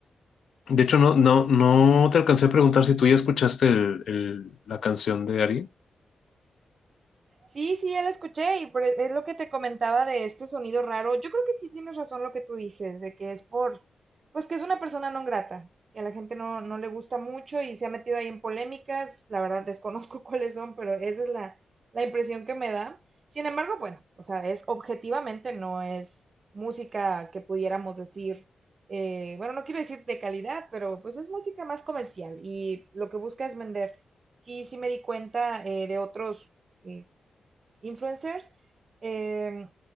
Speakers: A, on the left (about 70°); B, on the right (about 40°).
A: De hecho, no, no, no te alcancé a preguntar si tú ya escuchaste el, el- la canción de Ari.
B: Sí, sí, ya la escuché y por- e, es lo que te comentaba de este sonido raro. Yo creo que sí tienes razón lo que tú dices, de que es por, pues que es una persona no grata, que a la gente no, no le gusta mucho y se ha metido ahí en polémicas. La verdad desconozco <laughs> cuáles son, pero esa es la, la impresión que me da. Sin embargo, bueno, o sea, es objetivamente no es música que pudiéramos decir, eh, bueno, no quiero decir de calidad, pero pues es música más comercial y lo que busca es vender. Sí, sí me di cuenta eh, de otros eh, influencers. Eh,